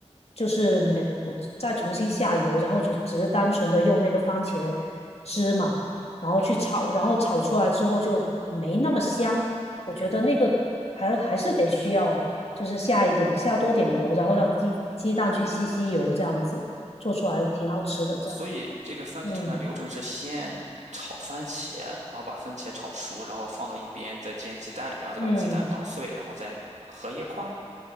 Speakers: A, on the left; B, on the right.
A: 就是没有再重新下油，然后就只是单纯的用那个番茄汁嘛，然后去炒，
B: 嗯，
A: 然后炒出来之后就没那么香。我觉得那个还还是得需要就是下一点下多点油，然后让鸡鸡蛋去吸吸油，这样子做出来挺好吃的。这样，
B: 所以这个番茄炒蛋的流程是先炒番茄，
A: 嗯
B: 然后把番茄炒熟，然后放到一边，再煎鸡蛋，然后再把鸡蛋捣碎，
A: 嗯。
B: 然后再合一块儿。